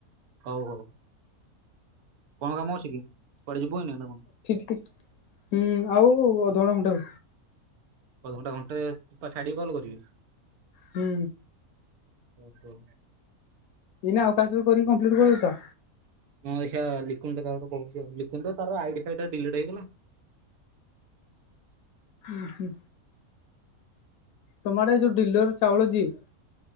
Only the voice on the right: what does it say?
ହଉ ହଉ କଣ କାମ ଅଛି କି କୁଆଡେ ଯିବୁ ଏଇନା ନା କଣ?
ଅଧ ଘଣ୍ଟେ ଘଣ୍ଟେ ଛାଡ଼ିକି କଲ୍ କରିବି।
ଓ ହୋ।
ହଁ ଦେଖେଇଆ ଲିକୁନ ତାକୁ କାହା କୁ ଗୋଟେ କହୁଚି ଲିକୁନ ତାର ଆଇଡି ଫାଇଡି ରା ଡିଲେଟ୍ ହେଇଗଲା।